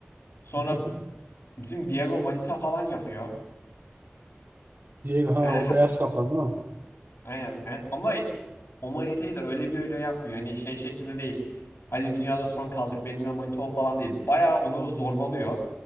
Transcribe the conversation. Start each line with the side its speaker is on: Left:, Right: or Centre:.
Left: Sonra
Right: <laughs>
Left: bizim Diego Manita falan yapıyor.
Right: Diego ha
Left: Yani he-
Right: o beyaz kaplan değil mi?
Left: Aynen. E, Ama o manitayı da öyle bir öyle yapmıyor. Hani şey şeklinde değil. Hadi dünyada son kaldık benimle manita ol falan değil. Bayağı onu zorbalıyor.